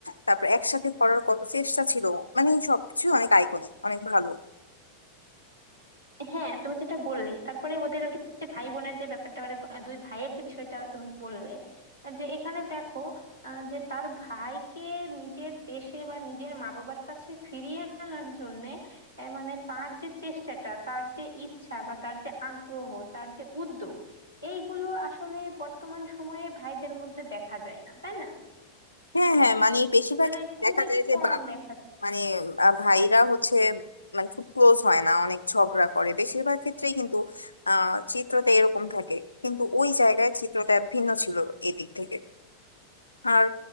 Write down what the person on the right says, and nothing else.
হ্যাঁ তুমি যেটা বললে তারপরে ওদের আর কি যে ভাই বোনের যে ব্যাপারটা মানে বা- দুই ভাইয়ের যে বিষয়টা তুমি বললে যে এখানে দেখো আহ, যে তার ভাইকে নিজের দেশে বা নিজের মা বাবার কাছে ফিরিয়ে আনার জন্য মানে তার যে চেষ্টাটা তার যে ইচ্ছা বা তার যে আগ্রহ তার যে উদ্যোগ এইগুলো আসলে বর্তমান সময়ে ভাইদের মধ্যে দেখা যায় না তাই না
মানে খুবই
কম
দেখা যায়